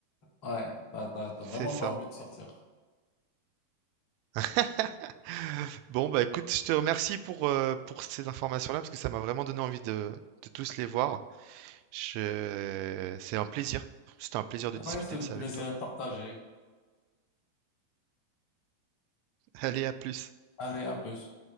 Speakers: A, on the left; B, on the right.
A: Ouais, t'as t'as- t'as
B: c'est
A: vraiment
B: ça.
A: pas envie de sortir.
B: <laughs> Bon, bah écoute, je te remercie pour, euh, pour ces informations-là parce que ça m'a vraiment donné envie de, de tous les voir. Je... C'est un plaisir. C'était un plaisir de discuter
A: Ouais, c'est
B: de
A: le
B: ça
A: plaisir
B: avec toi.
A: est partagé.
B: Allez, à plus.
A: Allez, à plus.